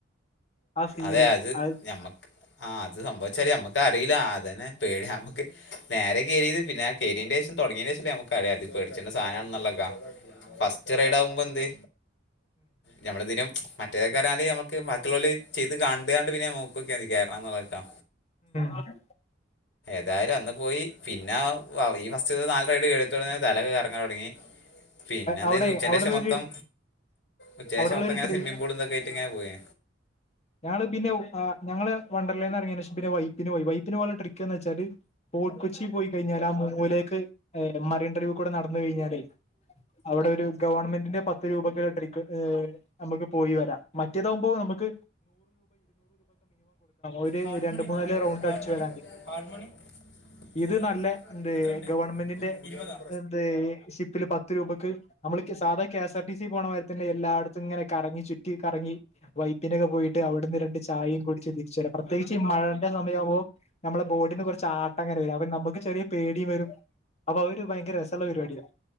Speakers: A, on the left; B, on the left.
A: ആ ഫീല്
B: അതെ അത്
A: ആ
B: ഞമ്മക്ക് ആ അത് സംഭവിച്ച നമുക്ക് അറിയില്ല അതനെ പേട നമുക്ക് നേരെ കയറിയത് പിന്നെ കയറിന്റെ ശേഷം തുടങ്ങിയ ശേഷം നമുക്ക് ക്കറിയ ത് പേട്ച്ച്ണ്ട സാധനന്ന് ള്ളൊക്കെ ഫസ്റ്റ് ചെറി റൈഡ് ആകുമ്പോ എന്ത് ഞമ്മളിതിനും മറ്റേതൊക്കെ പറഞ്ഞാല് നമക്ക് ബാക്കിളോല് ചെയ്ത് കണ്ട് കാണ്ട് പിന്നെ ഞാൻ നോക്കോക്കാ മതി കയറനാന്നുള്ളത് ട്ടോ
A: ആഹ്
B: ന്തായാലും അന്ന് പോയി. പിന്നെ ആ ഈ ഫസ്റ്റ്തെ നാല് റൈഡ് എഴുത്തന് തല ഒക്കെ കറങ്ങാൻ തുടങ്ങി. പിന്നെ എന്തെയ്തു.
A: അവിടെ
B: ഉച്ചേന്റെശം
A: അവിടെള്ളൊരു
B: മൊത്തം ഉച്ചക്കേശം
A: അവിടെള്ളൊരു
B: മൊത്തം ഇങ്ങനെ
A: ട്രീ
B: സ്വിമ്മിങ്ങ് പൂളുംന്തൊക്കെ ആയിട്ട് ഇങ്ങനെ പോയേ.
A: ഞങ്ങള് പിന്നെ ഉ ആ ഞങ്ങള് വണ്ടർലേന്ന്റങ്ങിയന് ഷം പിന്ന വൈപ്പിന് പോയി വൈപ്പിന് പോലുള്ള ട്രിക്ക് എന്ന് വെച്ചാല് ഫോർട്ട് കൊച്ചി പോയി കഴിഞ്ഞാല് ആ മൂവിലേക്ക് ഏ മറൻ ഡ്രൈവ് കൂടെ നടന്ന് കഴിഞ്ഞാലെ അവിടെ ഒരു ഗവൺമെന്റിന്റെ പത്ത് രൂപക്ക് <unintelligible> നമ്മക്ക് പോയി വരാം. മറ്റേതാകുമ്പോ നമ്മക്ക്. ഒരു
B: ഹാഡ്
A: രണ്ട്
B: മണി ഉണ്ടോ?
A: മൂന്നാല് റൗണ്ട്
B: ഹാഡ്
A: അടിച്ചു
B: മണി
A: വരാൻ
B: ഹാഡ് മണി. നൂറ്
A: ഇത് നല്ല എന്ത്
B: എത്രണ്ട്
A: ഗവൺമെന്റിന്റെ
B: ഇരുപതോ.?
A: എന്ത് ഷിപ്പില് പത്ത് രൂപക്ക് നമ്മള്ക്കെ സാധാ K S R T C പോണമാരി തന്നെ എല്ലായിടത്തും ഇങ്ങനെ കറങ്ങി ചു റ്റി കറങ്ങി വൈപ്പിനൊക്കെ പോയി. ട്ട് അവിടുന്ന് രണ്ട് ചായയും കുടിച്ച് തിരിചു വരാം. പ്രത്യേകിച്ച് ഈ മഴന്റെ സമയ ആകുവോ നമ്മുടെ ബോഡിനെ കുറ ചാട്ട അക്കാര വര. അപ്പം നമ്മക്ക് ചെറിയ പേടിവരും. അപ്പൊ അത് ഒരു ഭയങ്കര രസള്ള പരിപാടിയാ.